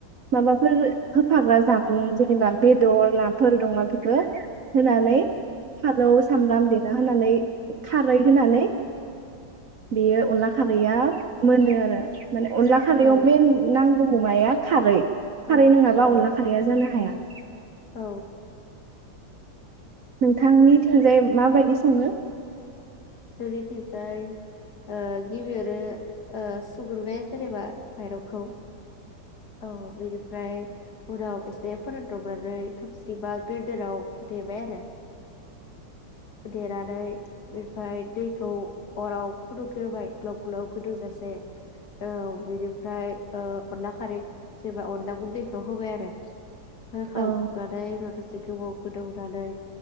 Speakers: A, on the right (about 55°); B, on the left (about 55°).
A: माबाफोर होफाग्रा जामुं जेनेबा बेदर नाफोर अमा बेदर होनानै फालौ सामब्राम देना होनानै खारै होनानै बेयो अनला खारैया मोनो आरो माने अनला खारैयाव
B: औ
A: मेन नांगौ अमाया खारै
B: औ
A: खारै नङाबा
B: औ
A: अनला खारैया जानो हाया <inaudible>
B: औ
A: नोंथांनि थिंजाय माबायदि सङो?
B: जोंनिथिंजाय ओ गिबियावनो सुग्रोबाय जेनेबा माइरंखौ औ बेनिफ्राय उनाव एसे फोरानदबनानै थबसिबा ग्रेन्दाराव देबाय आरो देनानै ओमफाय दैखौ अराव फुदोंग्रोबाय ग्लाब ग्लाब गोदौजासे औ बेनिफ्राय ओ अनला खारै अनला गुन्दै होबाय आरो होखांनानै
A: औ
B: एसे गोबाव गोदौनानै